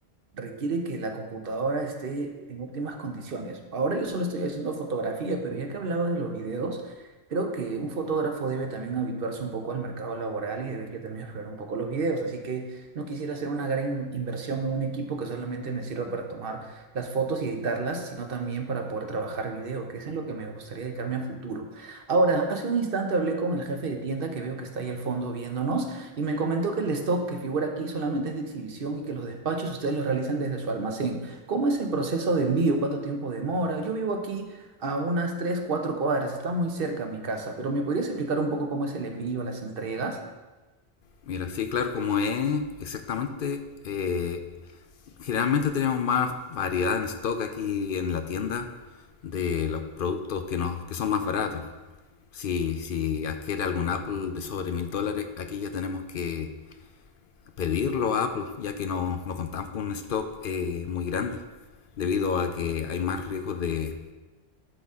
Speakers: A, on the right; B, on the left.
A: requiere que la computadora esté en óptimas condiciones. Ahora yo solo estoy haciendo fotografía, pero ya que hablabas de los videos, creo que un fotógrafo debe también habituarse un poco al mercado laboral y debería también explorar un poco los videos. Así que no quisiera hacer una gran in- inversión en un equipo que solamente me sirva para tomar las fotos y editarlas, sino también para poder trabajar video, que es en lo que me gustaría dedicarme a futuro. Ahora, hace un instante hablé con el jefe de tienda que veo que está ahí al fondo viéndonos y me comentó que el stock que figura aquí solamente es de exhibición y que los despachos ustedes los realizan desde su almacén. ¿Cómo es el proceso de envío? ¿Cuánto tiempo demora? Yo vivo aquí a unas 3 4 cuadras, está muy cerca mi casa, pero ¿me podrías explicar un poco cómo es el envío, las entregas?
B: Mira, sí, claro, como es exactamente... eh, generalmente tenemos más variedad en stock aquí en la tienda de los productos que, nos, que son más baratos. Si, si adquiere algún Apple de sobre mil dólares, aquí ya tenemos que pedirlo a Apple, ya que no, no contamos con un stock eh, muy grande, debido a que hay más riesgos de,